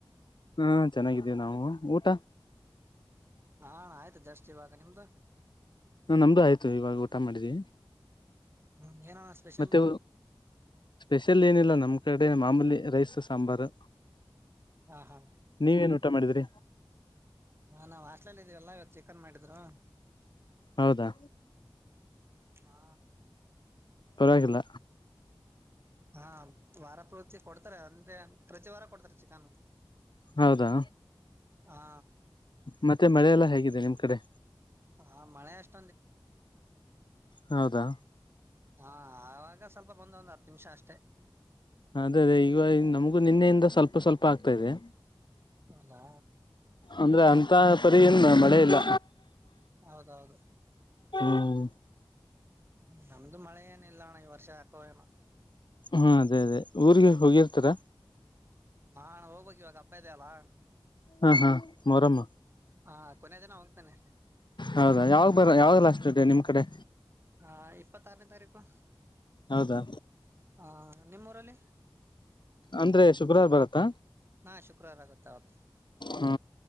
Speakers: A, on the left; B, on the right.
A: ಹಾ ಚೆನ್ನಾಗಿದ್ದೇವಿ ನಾವು ಊಟ
B: ಹಾ ಅಣ್ಣ ಆಯ್ತು ಜಸ್ಟ್ ಇವಾಗ ನಿಮ್ದು
A: ಹ ನಮ್ದು ಆಯ್ತು ಇವಾಗ ಊಟ ಮಾಡಿದೀವಿ
B: ಹ್ಮ್ ಏನಣ್ಣ ಸ್ಪೆಷಲ್
A: ಮತ್ತೆ ಸ್ಪೆಷಲ್ ಏನಿಲ್ಲ ನಮ್ಮ್ ಕಡೆ ಮಾಮೂಲಿ ರೈಸ್ ಸಾಂಬಾರು
B: ಹಾ ಹಾ
A: ನೀವೇನ್ ಊಟ ಮಾಡಿದ್ರಿ
B: ಹಾ ನಾವ್ ಹಾಸ್ಟ್ಲಲ್ ಇದೀವಲ್ಲ ಇವಾಗ ಚಿಕನ್ ಮಾಡಿದ್ರು
A: ಹೌದಾ
B: ಹಾ
A: ಊರಾಗಿಲ್ಲ
B: ಹಾ ವಾರಾಪುರ ಕೊಡ್ತಾರೆ ಅಂದ್ರೆ ಪ್ರತಿ ವಾರ ಕೊಡ್ತಾರ ಚಿಕಾನ
A: ಹೌದಾ
B: ಹಾ
A: ಮತ್ತೆ ಮಳೆ ಎಲ್ಲಾ ಹೇಗಿದೆ ನಿಮ್ ಕಡೆ
B: ಹಾ ಮಳೆ ಅಷ್ಟ
A: ಹೌದಾ
B: ಹಾ ಆವಾಗ ಸ್ವಲ್ಪ ಬಂದ ಒಂದ್ ಹತ್ತು ನಿಮಿಷ ಅಷ್ಟೆ
A: ಅದೇ ಅದೇ ಈಗ ನಮಗೂ ನಿನ್ನೆಯಿಂದ ಸ್ವಲ್ಪ ಸ್ವಲ್ಪ ಆಗ್ತಾ ಇದೆ
B: ಹೌದಾ
A: ಅಂದ್ರೆ ಅಂತ ಪರಿ ಏನು ಮಳೆ ಇಲ್ಲ
B: ಹೌದೌದು
A: ಹ್ಮ
B: ಹ್ಮ ನಮ್ದು ಮಳೆ ಏನ ಇಲ್ಲಣ್ಣ ಈ ವರ್ಷ ಕಯಾಮ
A: ಹಾ ಅದೇ ಅದೇ ಊರಿಗೆ ಹೋಗಿರ್ತಾರ
B: ಹಾ ಹೋಗ್ಬೇಕಕ್ ಇವಾಗ ಅಬ್ಬ ಇದದೆ ಅಲ್ಲಾ
A: ಹಾ ಹಾ ಮಾರಮ್ಮ
B: ಹಾ ಕೊನೆ ದಿನ ಹೋಗ್ತೇನೆ
A: ಹೌದಾ ಯಾವಾಗ ಬರ ಯಾವಾಗ ಲಾಷ್ಟ ಇದೆ ನಿಮ್ ಕಡೆ
B: ಹಾ ಇಪ್ಪತ್ತ ಆರನೇ ತಾರೀಕು
A: ಹೌದಾ
B: ಹಾ ನಿಮ್ಮೂರಲ್ಲಿ
A: ಅಂದ್ರೆ ಶುಕ್ರವಾರ ಬರತ್ತಾ
B: ಹಾ ಶುಕ್ರವಾರ ಆಗುತ್ತ ಹೌದು
A: ಹಾ